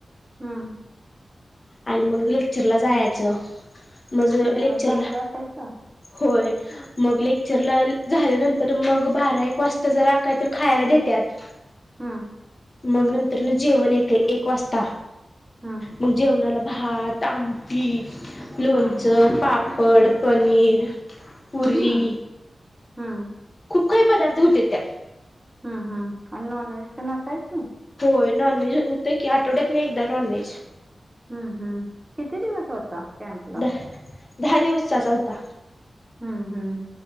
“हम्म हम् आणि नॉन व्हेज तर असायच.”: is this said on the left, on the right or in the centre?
Right